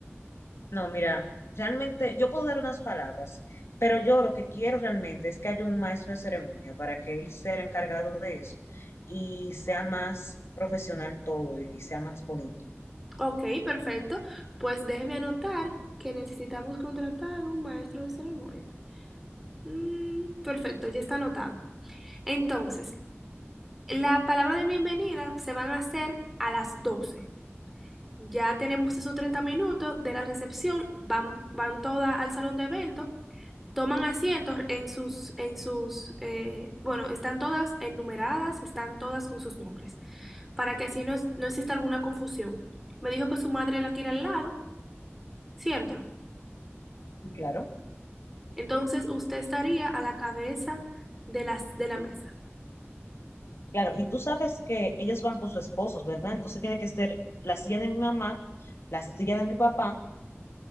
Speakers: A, on the left; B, in the centre.
A: No, mira, realmente yo puedo dar unas palabras, pero yo lo que quiero realmente es que haya un maestro de ceremonia para que él sea el encargado de eso y sea más profesional todo y, y sea más bonito.
B: Ok, perfecto. Pues déjeme anotar que necesitamos contratar un maestro de ceremonia. Mm, perfecto, ya está anotado. Entonces, la palabra de bienvenida se van a hacer a las 12. Ya tenemos esos 30 minutos de la recepción, van, van todas al salón de eventos, toman asientos en sus, en sus, eh, bueno, están todas enumeradas, están todas con sus nombres, para que así no, es- no exista alguna confusión. Me dijo que su madre la quiere al lado, ¿cierto?
A: Y claro,
B: Entonces usted estaría a la cabeza de las, de la mesa.
A: claro. Y tú sabes que ellas van con sus esposos, ¿verdad? Entonces tiene que ser la silla de mi mamá, la silla de mi papá,